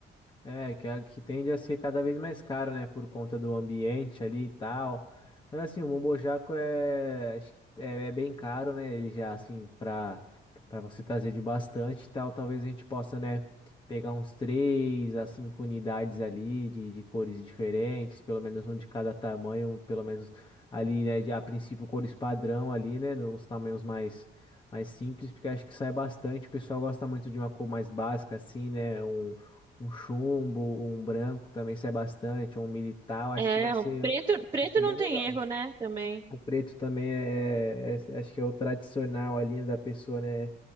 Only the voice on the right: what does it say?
É,
o preto, preto
não
tem erro, né? Também. O